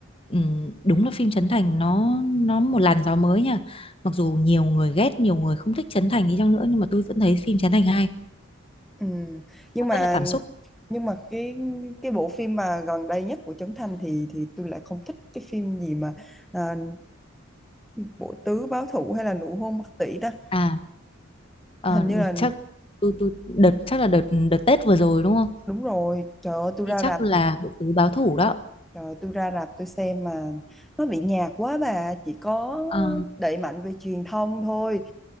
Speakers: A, on the left; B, in the centre.
A: ừm, đúng là phim Trấn Thành nó nó một làn gió mới nha. Mặc dù nhiều người ghét, nhiều người không thích Trấn Thành đi chăng nữa nhưng mà tôi vẫn thấy phim Trấn Thành hay,
B: Ừ. Nhưng
A: Nó
B: mà
A: rất là cảm xúc.
B: nhưng mà cái cái bộ phim mà gần đây nhất của Trấn Thành thì thì tôi lại không thích cái phim gì mà à, Bộ tứ báo thù hay là nụ hôn bất tỷ ta
A: À ờ,
B: hình như là
A: chắc tôi tôi đợt chắc là đợt đợt Tết vừa rồi đúng không?
B: đúng rồi trời ơi tôi ra
A: Thì chắc
B: rạp
A: là bộ tứ báo thủ đó.
B: trời ơi, tôi ra rạp tôi xem mà nó bị nhạt quá bà chỉ có
A: Ờ,
B: đẩy mạnh về truyền thông thôi